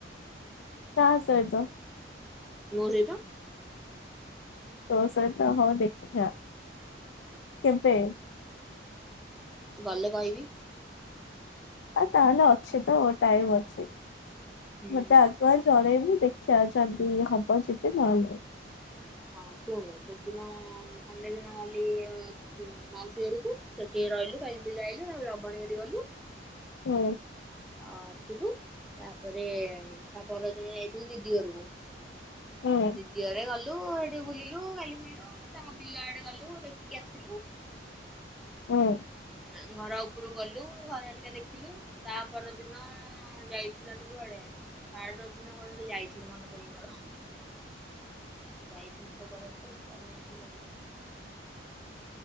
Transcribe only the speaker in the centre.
ମୋ ସହିତ।
ଗଲେ କହିବି।
ହୁଁ
ହଁ ଶୁଣୁ ସେ ଦିନ ସଣ୍ଡେ ଦିନ ଗଲି ଉ ମାଉସୀ ଘରକୁ ସେଠି ରହିଲୁ ଖାଇଲୁ ପିଇଲୁ ଆଇଲୁ ତାପରେ ଲବଣଗିରିଗଲୁ।
ଆ ଆସିଲୁ ତାପରେ ତା ପରଦିନ ଯାଇଥିଲି ଦିଦି ଘରକୁ।
ଦିଦିଅରେ ଗଲୁ ଏଠି ବୁଲିଲୁ ଖାଇଲୁ ପିଇଲୁ ତାଙ୍କ ବିଲ ଆଡେ ଗଲୁ ଦେଖିକି ଆସିଲୁ।
ତାଙ୍କ ଘର ଉପରୁକୁ ଗଲୁ ଘର ଟିକେ ଦେଖିଲୁ ତା ପର ଦିନ ହଁ ଯାଇଥିଲୁ ଆମେ କୁଆଡେ ଥାର୍ଡ ଦିନ କୁଆଡେ ଗୋଟେ ଯାଇଥିଲୁ ମନେ ପଡ଼ୁନି ମୋର। ଯାଇଥିଲି ତ କୁଆଡ଼େ ଗୋଟେ କୁଆଡ଼େ ଯାଇଥିଲୁ ମନେ ପଡ଼ୁନି।